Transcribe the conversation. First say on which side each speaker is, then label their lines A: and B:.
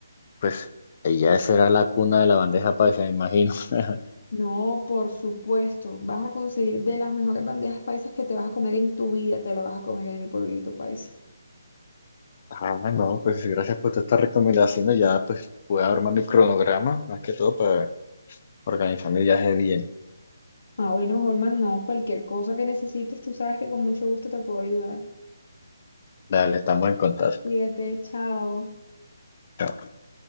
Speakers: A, on the left; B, on the left.
A: pues, ella será la cuna de la bandeja paisa, me imagino. <laughs>
B: No, por supuesto, vas a conseguir de las mejores bandejas paisas que te vas a comer en tu vida, te la vas a comer en el pueblito paisa.
A: Ah, no, pues gracias por todas estas recomendaciones. Ya pues voy a armar mi cronograma, más que todo para organizar mi viaje bien.
B: Ah, bueno, Holman, no, cualquier cosa que necesites, tú sabes que con mucho gusto te puedo ayudar.
A: Dale, estamos en contacto.
B: Cuídate, chao.
A: Chao.